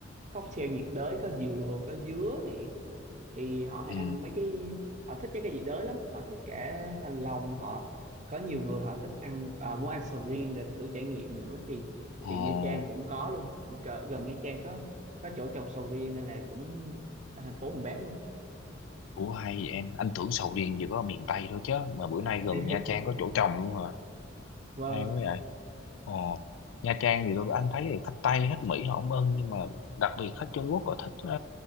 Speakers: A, on the right; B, on the left.
A: cocktail nhiệt đới có dừa có dứa nè thì họ hay
B: ừ.
A: ăn mấy cái họ thích cái cái gì đới lắm họ thích cả thanh long họ có nhiều người họ thích ăn à, muốn ăn sầu riêng để thử trải nghiệm nữa thì thì
B: ờ
A: Nha Trang cũng có luôn Cỡ- gần Nha Trang có có chỗ trồng sầu riêng nên là cũng ở thành phố cũng bán luôn
B: Ủa hay vậy em anh tưởng sầu riêng chỉ có ở miền Tây thôi chứ mà bữa nay gần
A: <laughs>
B: Nha Trang có chỗ trồng luôn hả
A: vâng
B: hay quá vậy ờ Nha Trang thì tôi anh thấy là khách Tây khách Mỹ họ không ưng nhưng mà đặc biệt khách Trung Quốc họ thích ờ,